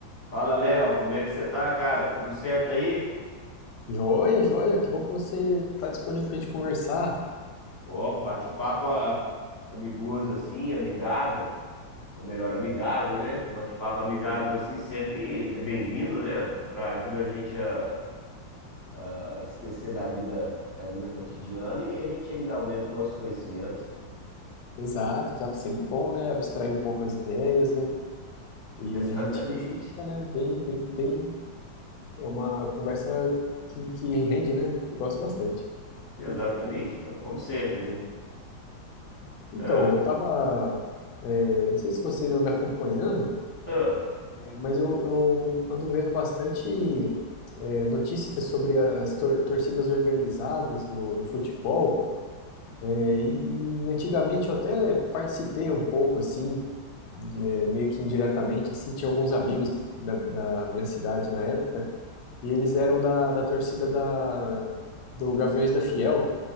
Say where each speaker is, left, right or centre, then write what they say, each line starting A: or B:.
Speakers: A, on the left (about 25°); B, on the left (about 85°).
A: Fala, Léo, como é que você tá, cara? Tudo certo aí?
B: Joia, joia, que bom que você está disponível para a gente conversar.
A: Ó, um bate-papo ah, amigoso assim, amigável, ou melhor, amigável, né? Um bate-papo amigável
B: E-
A: assim sempre é bem-vindo, né? Pra ajuda a gente a, a esquecer da vida, da vida cotidiana e a gente ainda aumenta o nosso conhecimento.
B: Exato, exato, sempre bom, né? Abstrair um pouco as ideias, né? E
A: <laughs> Exatamente.
B: a gente fica, né, bem, bem, bem, é uma conversa que, que rende, né? Eu gosto bastante.
A: Exatamente, Léo. Como sempre, né?
B: Então,
A: Ah,
B: eu tava, é, não sei se você anda acompanhando,
A: ah,
B: é, mas eu, eu ando vendo bastante, é, notícias sobre as tor- torcidas organizadas do, do futebol. É, e, e antigamente eu até participei um pouco, assim, é, meio que indiretamente, assim, tinha alguns amigos da, da minha cidade na época, e eles eram da, da torcida da, do Gaviões da Fiel,